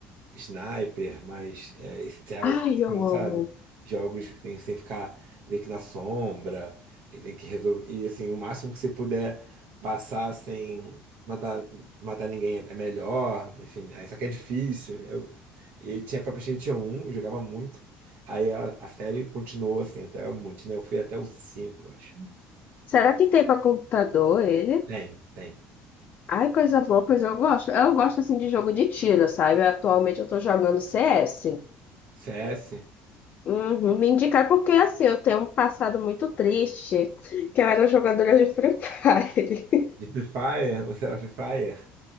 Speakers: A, on the right; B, on the left.
A: sniper, mais é, stealth,
B: Ai,
A: assim,
B: eu
A: sabe?
B: amo.
A: Jogos que tem que você ficar meio que na sombra e tem que resolver. E assim, o máximo que você puder passar sem matar, matar ninguém é melhor. Enfim, aí só que é difícil. né? Eu, e tinha pra PlayStation 1, eu jogava muito. Aí a, a série continuou assim, até muito, né? Eu fui até o 5 eu acho.
B: Será que tem para computador ele?
A: Tem, tem.
B: Ai, coisa boa, pois eu gosto. Eu gosto assim de jogo de tiro, sabe? Atualmente eu tô jogando CS.
A: CS?
B: Uhum, me indicar porque assim, eu tenho um passado muito triste, que eu era jogadora de Free Fire.
A: De Free Fire? Você era Free Fire?